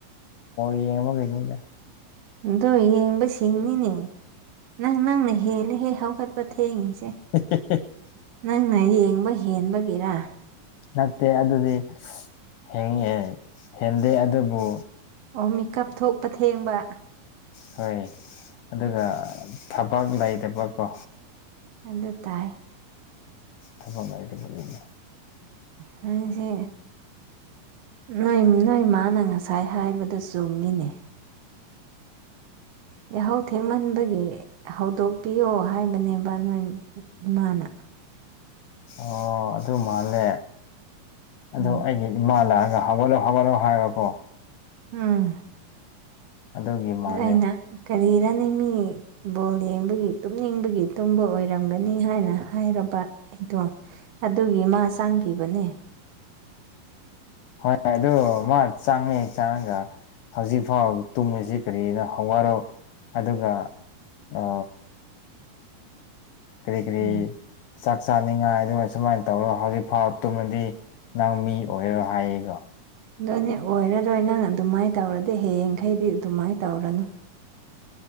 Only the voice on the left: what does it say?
ꯌꯦꯡꯉꯕ ꯀꯩꯅ
<unintelligible>
ꯅꯠꯇꯦ ꯑꯗꯨꯗꯤ ꯍꯦꯡꯉꯍꯦ ꯍꯦꯟꯗꯦ ꯑꯗꯨꯕꯨ
ꯍꯣꯏ ꯑꯗꯨꯒ ꯊꯕꯛ ꯂꯩꯇꯕꯀꯣ
ꯊꯕꯛ ꯉꯥꯏꯗꯕꯒꯤꯅꯦ
ꯑꯣ ꯑꯗꯨ ꯃꯥꯜꯂꯦ ꯑꯣ
ꯑꯩꯒꯤ ꯏꯃꯥ ꯂꯥꯛꯑꯒ ꯍꯕꯂꯣ ꯍꯒꯂꯣ ꯍꯥꯏꯕꯀꯣ
ꯑꯗꯨꯒꯤ ꯃꯥꯜꯂꯦ
ꯍꯣꯏ ꯑꯗꯨ ꯃꯥ ꯆꯥꯡꯉꯦ ꯆꯥꯡꯉꯒ ꯍꯧꯖꯤꯛ ꯐꯥꯎ ꯇꯨꯝꯃꯤꯁꯤ ꯀꯔꯤꯅꯣ ꯍꯋꯥꯔꯣ ꯑꯗꯨꯒ ꯑ ꯀꯔꯤ ꯀꯔꯤ
ꯆꯥꯛ ꯆꯥꯅꯤꯡꯉꯥꯏ ꯑꯗꯨꯃꯥꯏ ꯁꯨꯃꯥꯏꯅ ꯇꯧꯔꯣ ꯍꯧꯖꯤꯛ ꯐꯥꯎꯕ ꯇꯨꯝꯃꯗꯤ ꯅꯪ ꯃꯤ ꯑꯣꯏꯔꯣ ꯍꯥꯏꯌꯦꯀꯣ